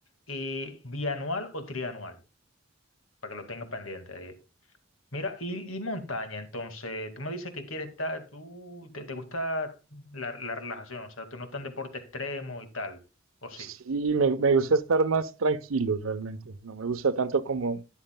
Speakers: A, on the left; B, on the right.
A: eh, bianual o trianual, para que lo tenga pendiente ahí. Mira, y, y montaña, entonces, tú me dices que quieres estar, tú, te, te gusta la, la relajación, o sea, tú no estás en deporte extremo y tal, ¿o sí?
B: Sí, me, me gusta estar más tranquilo realmente. No me gusta tanto como,